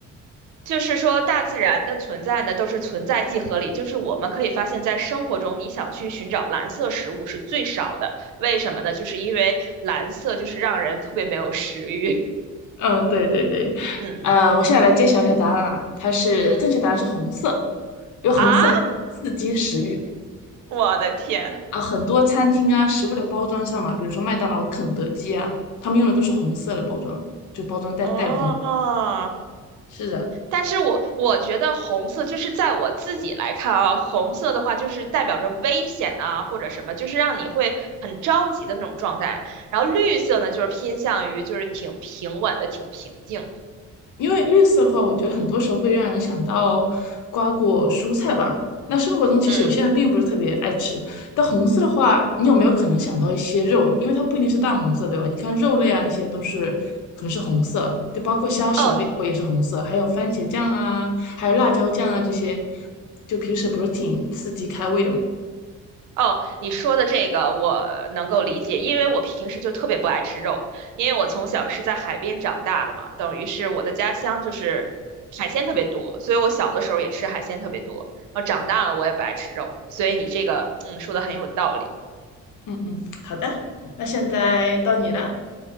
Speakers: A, on the right; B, on the left.
A: 就是说大自然的存在呢，都是存在即合理。就是我们可以发现，在生活中，你想去寻找蓝色食物是最少的。为什么呢？就是因为蓝色就是让人特别没有食欲。<laughs>
B: 呃，对对对，
A: 嗯
B: 呃，我现在来揭晓一下答案啊，它是正确答案是红色，
A: 嗯
B: 因为红色能够刺激食欲。
A: 啊，我的天！
B: 啊，很多餐厅啊，食物的包装上嘛，比如说麦当劳、肯德基啊，他们用的都是红色的包装，就包装袋带有红。
A: 哦，
B: 是的，
A: 但是我我觉得红色就是在我自己来看啊，红色的话就是代表着危险啊，或者什么，就是让你会很着急的那种状态。然后绿色呢，就是偏向于就是挺平稳的，挺平静的。
B: 因为绿色的话，我觉得很多时候会让人想到瓜果蔬菜吧。那生活中其实有些人并不是特别爱吃，
A: 嗯，
B: 但红色的话，你有没有可能想到一些肉？因为它不一定是淡红色，对吧？你看肉类啊，那些都是可能是红色，就包括虾熟了以后也是红色，
A: 哦，
B: 还有番茄酱啊，还有辣椒酱啊这些，就平时不是挺刺激开胃的嘛？
A: 哦，你说的这个我能够理解，因为我平时就特别不爱吃肉，因为我从小是在海边长大的嘛，等于是我的家乡就是海鲜特别多，所以我小的时候也吃海鲜特别多，然后长大了我也不爱吃肉，所以你这个嗯说的很有道理。
B: 嗯嗯，好的，那现在到你了。